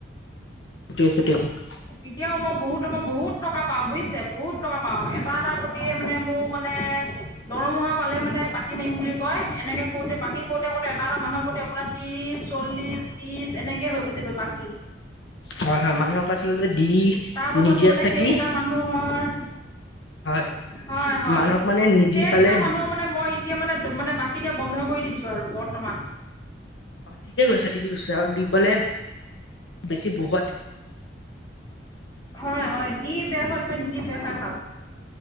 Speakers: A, on the left; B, on the left.
A: <unintelligible>
B: এতিয়াও মই বহুতৰ পৰা বহুত টকা পাওঁ বুজিছে, বহুত টকা পাওঁ। এটা এটা প্ৰতিয়ে মানে মোৰ মানে দৰমহা পালে মানে বাকী মাৰিম বুলি কয়। এনেকে কওঁতে বাকী কৰোতে-কৰোতে এটা-এটা মানুহৰ প্ৰতি আপোনাৰ ত্ৰিশ চল্লিশ ত্ৰিশ এনেকে হৈ গৈছে গৈ বাকী।
A: হয়, হয়। মানুহক আচলতে দি
B: তাৰ পাছত
A: নিদিয়াত।
B: মই মানে
A: <unintelligible>
B: সেইকেইটা মানুহৰ
A: হয়
B: হয়, হয়।
A: মানুহক মানে নিদি
B: সেইকেইটা
A: পালে
B: মানুহৰ মানে মই এতিয়া মানে-মানে বাকী এতিয়া বন্ধ কৰি দিছোঁ আৰু বৰ্তমান।
A: অহ, ঠিকে কৰিছা, ঠিকে কৰিছা আৰু দিবলে বেছি বহুত
B: হয়, হয়। দি বেয়া হোৱাতকৈ নিদি বেয়া হোৱাই ভাল।